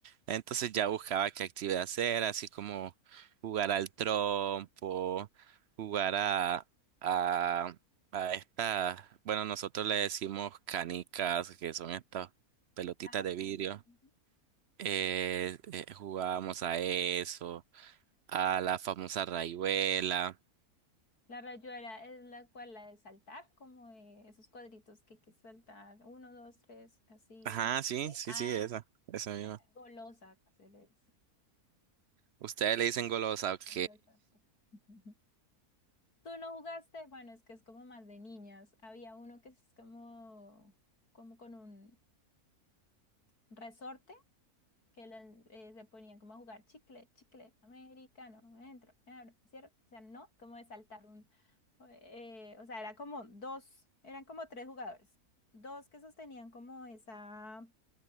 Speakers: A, on the right; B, on the left.
A: Entonces ya buscaba qué actividad hacer, así como jugar al trompo, jugar a, a, a esta bueno, nosotros le decimos canicas, que son estas pelotitas
B: Ah,
A: de vidrio.
B: sí. ujú.
A: Eh, eh, jugábamos a eso. A la famosa raihuela.
B: La rayuela es la cual la de saltar, como de esos cuadritos que hay que saltar, uno, dos, tres, así.
A: Ajá, sí,
B: Sí.
A: sí,
B: Ah,
A: sí, esa, esa misma.
B: eh, golosa, se le dice,
A: Ustedes le dicen golosa, ok.
B: golosa. Ujú. <laughs> ¿Tú no jugaste? Bueno, es que es como más de niñas. Había uno que es como, como con un resorte. que las, eh, se ponían como a jugar chicle, chicle, americano, me entro, me abro, me cierro, o sea, no, como de saltar un, eh, o sea, era como dos, eran como tres jugadores, dos que sostenían como esa,